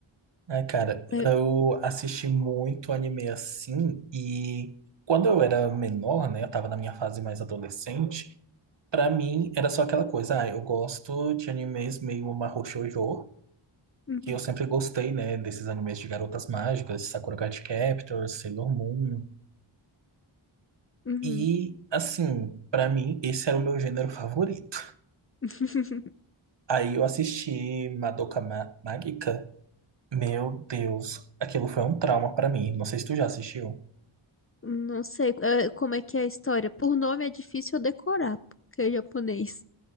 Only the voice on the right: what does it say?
É, cara,
eu assisti muito anime assim e quando eu era menor, né, eu tava na minha fase mais adolescente, pra mim era só aquela coisa, ah, eu gosto de animes meio mahou shoujo,
que eu sempre gostei, né, desses animes de garotas mágicas, Sakura Card Captor, Sailor Moon.
E assim, pra mim esse era o meu gênero favorito.
Aí eu assisti Madoka Ma- Magica. Meu Deus, aquilo foi um trauma pra mim. Não sei se tu já assistiu.